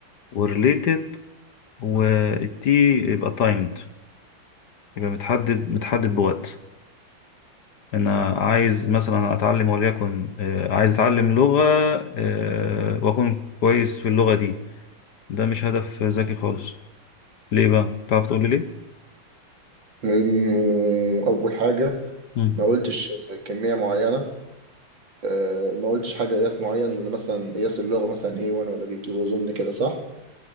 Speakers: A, on the left (about 60°); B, on the right (about 65°).
A: و related والتي يبقى timed يبقى متحدد متحدد بوقت انا عايز مثلا اتعلم وليكن آه، عايز اتعلم لغة آه، واكون كويس في اللغة دي ده مش هدف ذكي خالص ليه بقى تعرف تقول لي ليه
B: لأنه أول حاجة
A: مم.
B: ما قلتش كمية معينة آه، ما قلتش حاجة قياس معين لأن مثلا قياس اللغة مثلا A1 ولا B2 أظن كده صح؟